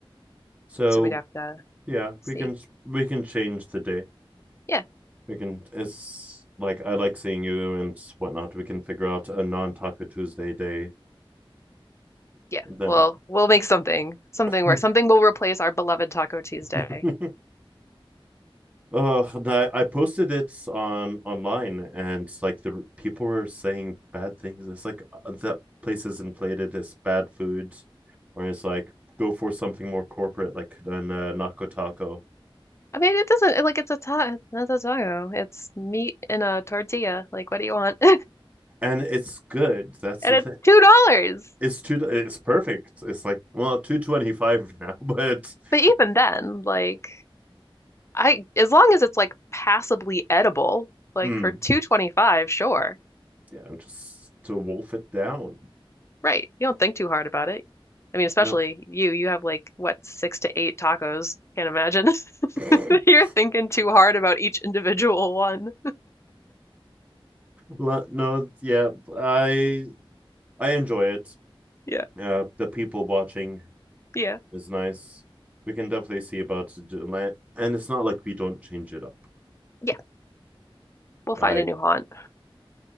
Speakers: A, on the right; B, on the left.
A: So
B: So we'd have to
A: yeah,
B: see.
A: we can we can change the day.
B: Yeah.
A: We can it's like I like seeing you and whatnot. We can figure out a non-Taco Tuesday day
B: Yeah.
A: and then
B: We'll we'll make something something
A: yeah.
B: work. Something will replace our beloved Taco Tuesday.
A: <laughs> Oh, I, I posted it on online and like the people were saying bad things. It's like uh, that place is inflated, it's bad food. Or it's like go for something more corporate like an uh, Nako Taco.
B: I mean, it doesn't like it's a ta not a taco. It's meat in a tortilla. Like, what do you want? <laughs>
A: And it's good. That's
B: And
A: the
B: it's
A: thing.
B: two dollars.
A: It's two it's perfect. It's like well, 225 <laughs> now, but
B: But even then, like, I as long as it's like passably edible, like
A: mm,
B: for two twenty five, sure.
A: Yeah, just to wolf it down.
B: Right. You don't think too hard about it. I mean, especially
A: No.
B: you. You have like what six to eight tacos. Can't imagine.
A: <laughs>
B: <laughs> You're thinking too hard about each individual one.
A: no, yeah, I I enjoy it.
B: Yeah.
A: Uh, the people watching
B: Yeah.
A: is nice. We can definitely see about it, and it's not like we don't change it up.
B: Yeah. We'll
A: Like
B: find a new haunt.